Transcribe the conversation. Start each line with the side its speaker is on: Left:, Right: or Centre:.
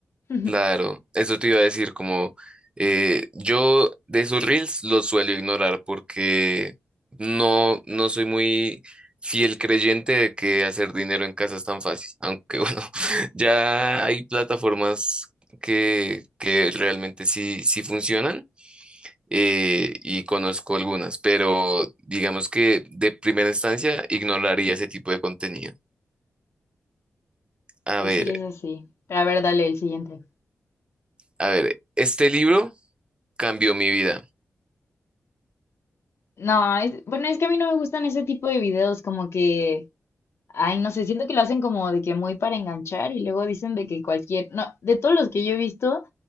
Left: <laughs>
Right: Claro, eso te iba a decir, como eh, yo de esos reels los suelo ignorar porque no, no soy muy fiel creyente de que hacer dinero en casa es tan fácil, aunque bueno, <laughs> ya hay plataformas que, que realmente sí, sí funcionan eh, y conozco algunas, pero digamos que de primera instancia ignoraría ese tipo de contenido. A
Left: Pues
Right: ver,
Left: sí, es así. Pero a ver, dale el siguiente.
Right: a ver, este libro cambió mi vida,
Left: No, es- bueno, es que a mí no me gustan ese tipo de videos, como que... Ay, no sé, siento que lo hacen como de que muy para enganchar y luego dicen de que cualquier, no, de todos los que yo he visto,